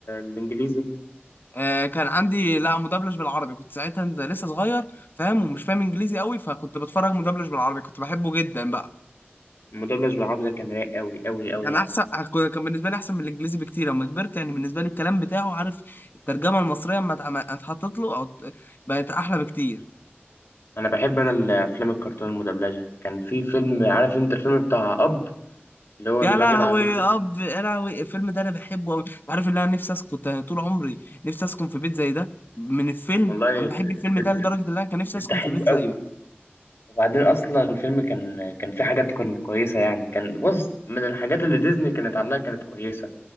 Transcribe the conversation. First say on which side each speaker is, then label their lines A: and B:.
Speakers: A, on the left; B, on the left.
A: الانجليزي
B: آه، كان عندي لا مدبلج بالعربي كنت ساعتها لسه صغير فاهم ومش فاهم انجليزي قوي فكنت بتفرج مدبلج بالعربي كنت بحبه جدا بقى
A: المدبلج بالعربي ده كان رايق قوي قوي قوي
B: كان
A: يعني
B: احسن كان بالنسبه لي احسن من الانجليزي بكتير لما كبرت يعني بالنسبه لي الكلام بتاعه عارف الترجمه المصريه اما اتعم- اتحطت له او ت- بقت احلى بكتير
A: انا بحب انا الافلام الكرتون المدبلجه كان في فيلم عارف انت الفيلم بتاع اب اللي هو
B: يا
A: الراجل
B: لهوي
A: على الجزء
B: اب يا لهوي الفيلم ده انا بحبه قوي عارف اللي انا نفسي اسكن كنت طول عمري نفسي اسكن في بيت زي ده من الفيلم
A: والله
B: انا بحب الفيلم
A: البيت
B: ده لدرجه ان انا
A: البيت
B: كان نفسي اسكن
A: ده حلو
B: في بيت زيه
A: قوي وبعدين اصلا الفيلم كان كان فيه حاجات كانت كويسه يعني كان بص من الحاجات اللي ديزني كانت عاملاها كانت كويسه